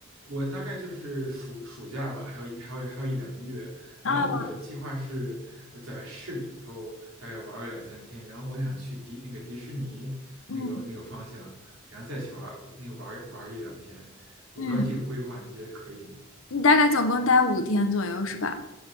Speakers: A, on the right (about 85°); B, on the left (about 75°).
A: 我大概就是暑暑假吧，还有一还有还有一两个月。
B: 哦，
A: 然后我的计划是在市里头大概玩个两三天，然后我想去迪那个迪士尼那个那个方向，
B: 嗯
A: 然后再去玩那个玩玩一两天。我不知道这个规划您觉得可以吗？
B: 嗯，你大概总共待五天左右是吧？